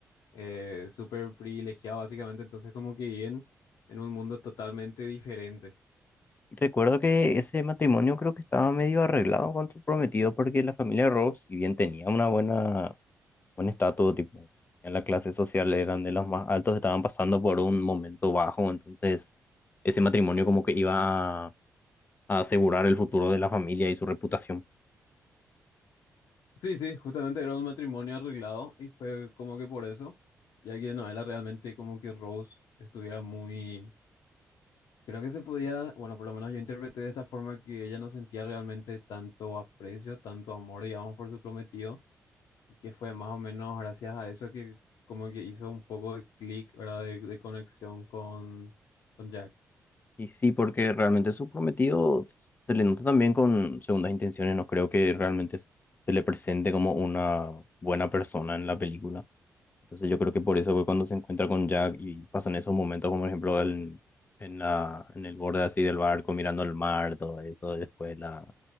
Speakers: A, on the left; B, on the left.
A: eh, súper privilegiado básicamente, entonces como que viven en un mundo totalmente diferente.
B: Recuerdo que ese matrimonio creo que estaba medio arreglado con su prometido porque la familia Rhodes, si bien tenía una buena Bueno, estaba todo tipo. En la clase social eran de los más altos, estaban pasando por un momento bajo, entonces ese matrimonio como que iba a, a asegurar el futuro de la familia y su reputación.
A: Sí, sí, justamente era un matrimonio arreglado y fue como que por eso, ya que no era realmente como que Rose estuviera muy... Creo que se podía, bueno, por lo menos yo interpreté de esta forma que ella no sentía realmente tanto aprecio, tanto amor, digamos, por su prometido, y que fue más o menos gracias a eso que como que hizo un poco de clic, ¿verdad? De, de conexión con, con Jack.
B: Y sí, porque realmente su prometido se le nota también con segundas intenciones, no creo que realmente se le presente como una buena persona en la película. Entonces yo creo que por eso que cuando se encuentra con Jack y pasan esos momentos, como por ejemplo en, en la, en el borde así del barco mirando el mar, todo eso, después la